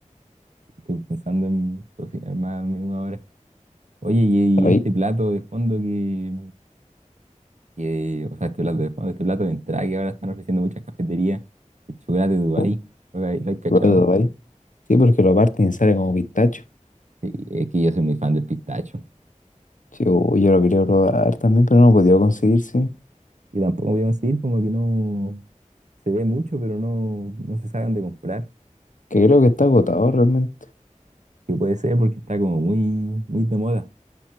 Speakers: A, on the right (about 65°); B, on the left (about 80°).
A: Estoy pensando en cocinar más a menudo ahora. Oye, y,
B: ¿Sabéis?
A: y este plato de fondo que, que- o sea, este plato de fondo, este plato de entrada que ahora están ofreciendo muchas cafeterías, el chocolate de Dubái,
B: Po,
A: ¿lo hay, lo hay cachado?
B: ¿Lo ahí? Sí, porque lo parten y sale como pistacho.
A: Sí, es que yo soy muy fan del pistacho.
B: Sí, uy, yo lo quería probar también, pero no lo he podido conseguir, sí.
A: Y tampoco voy a conseguir, como que no se ve mucho, pero no, no se saben de comprar.
B: Que creo que está agotado realmente.
A: que puede ser porque está como muy, muy de moda.